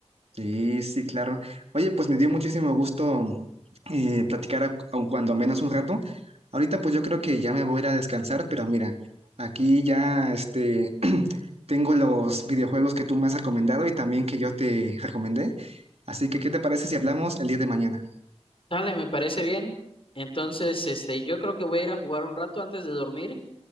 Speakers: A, on the right; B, on the left.
A: Sí, sí, claro. Oye, pues me dio muchísimo gusto eh, platicar a- aun cuando menos un rato. Ahorita pues yo creo que ya me voy a ir a descansar, pero mira, aquí ya este <clears throat> tengo los videojuegos que tú me has recomendado y también que yo te recomendé. Así que, ¿qué te parece si hablamos el día de mañana?
B: Dale, me parece bien. Entonces, este, yo creo que voy a ir a jugar un rato antes de dormir